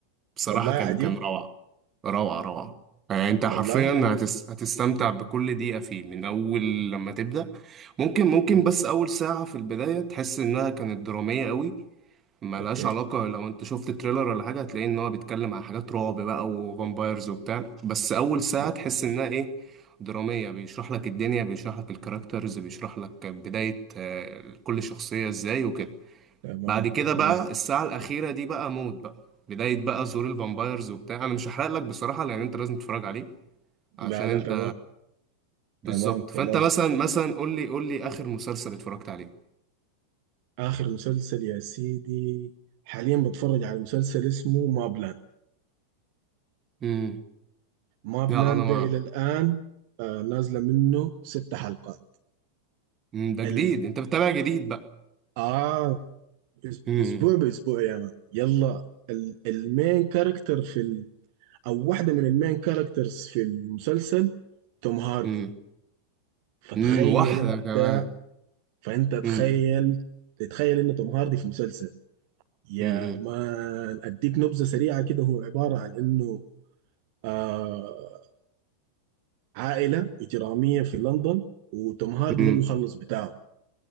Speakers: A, on the right; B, on the right.
A: بصراحة
B: والله عجيب
A: كان كان روعة روعة روعة يعني انت حرفيا
B: والله
A: هتس... هتستمتع بكل دقيقة فيه من أول لما تبدأ ممكن ممكن
B: مم.
A: بس أول ساعة في البداية تحس إنها كانت درامية قوي ملهاش
B: اوكي
A: علاقة لو انت شفت تريلر ولا حاجة هتلاقي إن هو بيتكلم عن حاجات رعب بقى وفامبايرز وبتاع بس أول ساعة
B: اوكي
A: تحس إنها إيه درامية بيشرح لك الدنيا بيشرح لك الكاركترز بيشرح لك بداية آه، كل شخصية إزاي وكده
B: تمام
A: بعد كده
B: تمام
A: بقى الساعة الأخيرة دي بقى موت بقى بداية بقى ظهور الفامبايرز وبتاع أنا مش هحرق لك بصراحة لأن أنت لازم تتفرج عليه عشان
B: لا
A: أنت
B: لا تمام
A: بالظبط
B: تمام
A: فأنت
B: تمام
A: مثلا مثلا قول لي قول لي آخر مسلسل اتفرجت عليه
B: اخر مسلسل يا سيدي حاليا بتفرج على مسلسل اسمه مابلاند
A: امم
B: ماب
A: لا
B: لاند
A: أنا ما
B: ده الى الان آه نازله منه ست حلقات
A: مم. ده جديد
B: ال...
A: أنت بتتابع جديد بقى
B: اه أس-
A: امم
B: اسبوع باسبوع يا مان يلا ال... المين كاركتر في ال... او واحده من المين كاركترز في المسلسل توم هاردي
A: امم
B: فتخيل
A: امم واحدة
B: انت
A: كمان
B: فانت تخيل
A: امم
B: تتخيل ان توم هاردي في مسلسل يا
A: امم
B: مان اديك نبذه سريعه كده هو عباره عن انه آه عائله اجراميه في لندن وتوم هاردي
A: امم
B: هو المخلص بتاعه